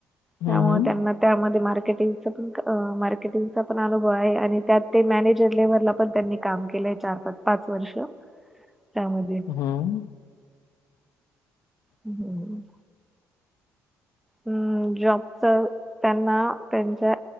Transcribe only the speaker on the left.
हं,
हं.
हम्म